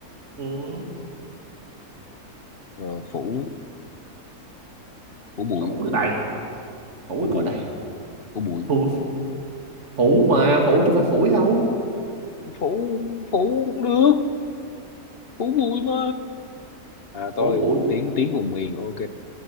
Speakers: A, on the right; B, on the left.
A: ừ.
B: Ờ, phủ phủ bụi
A: phủ đầy phủ
B: phủ bụi
A: có đầy
B: phủ bụi
A: phủ phủ mà phủ chứ phải phủi đâu
B: phủ phủ cũng được phủ bụi mà à tôi
A: phủ bụi
B: tiếng tiếng vùng miền ok